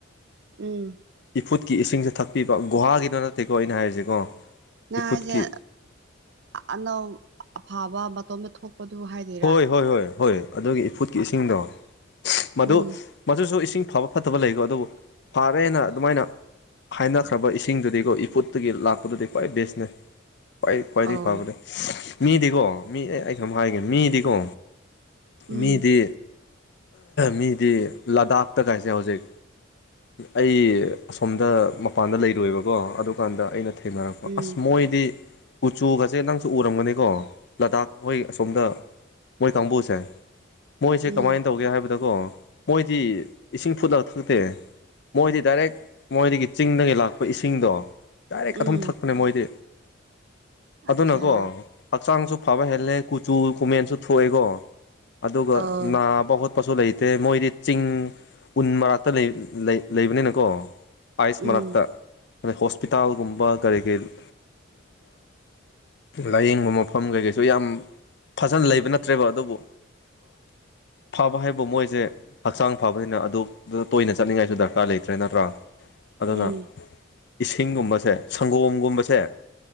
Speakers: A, on the right; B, on the left.
A: ꯎꯝ
B: ꯏꯐꯨꯠꯀꯤ ꯏꯁꯤꯡꯁꯦ ꯊꯛꯄꯤꯕ ꯒꯨꯍꯥꯒꯤꯅꯣ ꯅꯠꯇꯦꯀꯣ ꯑꯩꯅ ꯍꯥꯏꯔꯤꯁꯤꯀꯣ
A: ꯅ
B: ꯏꯐꯨꯠꯀꯤ
A: ꯍꯥꯏꯁꯦ ꯑꯅꯧ ꯑꯐꯥꯕ ꯃꯇꯣꯝꯇ ꯊꯣꯛꯄꯗꯨ ꯍꯥꯏꯗꯤ
B: ꯍꯣꯏ ꯍꯣꯏ ꯍꯣꯏ ꯍꯣꯏ ꯑꯗꯨꯒꯤ ꯏꯐꯨꯠꯀꯤ ꯏꯁꯤꯡꯗꯣ ꯃꯗꯨ
A: ꯎꯝ
B: ꯃꯗꯨꯁꯨ ꯏꯁꯤꯡ ꯐꯕ ꯐꯠꯇꯕ ꯂꯩꯀꯣ ꯑꯗꯨꯕꯨ ꯐꯔꯦꯅ ꯑꯗꯨꯃꯥꯏꯅ ꯍꯥꯏꯅꯈ꯭ꯔꯕ ꯏꯁꯤꯡꯗꯨꯗꯤꯀꯣ ꯏꯐꯨꯠꯇꯨꯒꯤ ꯂꯥꯛꯄꯗꯨꯗꯤ ꯈ꯭ꯋꯥꯏ ꯕꯦꯁꯅꯦ ꯈ꯭ꯋꯥꯏ ꯈ꯭ꯋꯥꯏꯗꯒꯤ
A: ꯑꯧ
B: ꯐꯕꯅꯦ ꯃꯤꯗꯤꯀꯣ ꯃꯤ ꯑꯩ ꯀꯩꯅꯣꯝ ꯍꯥꯏꯒꯦ ꯃꯤꯗꯤꯀꯣ
A: ꯎꯝ
B: ꯃꯤꯗꯤ ꯃꯤꯗꯤ ꯂꯗꯥꯛꯇ ꯀꯥꯏꯁꯦ ꯍꯧꯖꯤꯛ ꯑꯩ ꯑꯁꯣꯝꯗ ꯃꯄꯥꯟꯗ ꯂꯩꯔꯣꯏꯕꯀꯣ ꯑꯗꯨꯀꯥꯟꯗ ꯑꯩꯅ ꯊꯦꯡꯅꯔꯛꯄ
A: ꯎꯝ
B: ꯑꯁ ꯃꯣꯏꯗꯤ ꯎꯆꯨꯒꯁꯦ ꯅꯪꯁꯨ ꯎꯔꯝꯒꯅꯤꯀꯣ ꯂꯗꯥꯛ ꯍꯣꯏ ꯑꯁꯣꯝꯗ ꯃꯣꯏ ꯀꯝꯕꯨꯨꯁꯦ ꯃꯣꯏꯁꯦ
A: ꯎꯝ
B: ꯀꯃꯥꯏ ꯇꯧꯒꯦ ꯍꯥꯏꯕꯗꯀꯣ ꯃꯣꯏꯗꯤ ꯏꯁꯤꯡ ꯐꯨꯠꯂꯒ ꯊꯛꯇꯦ ꯃꯣꯏꯗꯤ ꯗꯥꯏꯔꯦꯛ ꯃꯣꯏꯗꯒꯤ ꯆꯤꯡꯗꯒꯤ ꯂꯥꯛꯄ ꯏꯁꯤꯡꯗꯣ ꯗꯥꯏꯔꯦꯛ
A: ꯎꯝ
B: ꯑꯗꯨꯝ ꯊꯛꯄꯅꯦ ꯃꯣꯏꯗꯤ
A: ꯑꯠꯆꯥ
B: ꯑꯗꯨꯅꯀꯣ ꯍꯛꯆꯥꯡꯁꯨ ꯐꯕ ꯍꯦꯜꯂꯦ ꯀꯨꯆꯨ ꯀꯨꯃꯦꯟꯁꯨ ꯊꯣꯛꯑꯦꯀꯣ ꯑꯗꯨꯒ
A: ꯑꯧ
B: ꯅꯥ ꯄꯈꯣꯠꯄꯁꯨ ꯂꯩꯇꯦ ꯃꯣꯏꯗꯤ ꯆꯤꯡ ꯎꯟ ꯃꯔꯛꯇ ꯂꯩꯕꯅꯤꯅꯀꯣ ꯑꯥꯏꯁ
A: ꯎꯝ
B: ꯃꯔꯥꯛꯇ ꯑꯗꯩ ꯍꯣꯁꯄꯤꯇꯥꯜꯒꯨꯝꯕ ꯀꯔꯤ ꯀꯔꯤ ꯂꯥꯏꯌꯦꯡꯕ ꯃꯐꯝ ꯀꯩꯀꯩꯁꯨ ꯌꯥꯝ ꯐꯖꯅ ꯂꯩꯕ ꯅꯠꯇ꯭ꯔꯦꯕ ꯑꯗꯨꯕꯨ ꯐꯥꯕ ꯍꯥꯏꯕ ꯃꯣꯏꯁꯦ ꯍꯛꯆꯥꯡ ꯐꯕꯅꯤꯅ ꯑꯗꯨ ꯇꯣꯏꯅ ꯆꯠꯅꯤꯡꯉꯥꯏꯁꯨ ꯗꯔꯀꯥꯔ ꯂꯩꯇ꯭ꯔꯦ ꯅꯠꯇ꯭ꯔꯥ ꯑꯗꯨꯅ
A: ꯎꯝ
B: ꯏꯁꯤꯡꯒꯨꯝꯕꯁꯦ ꯁꯪꯒꯣꯝꯒꯨꯝꯕꯁꯦ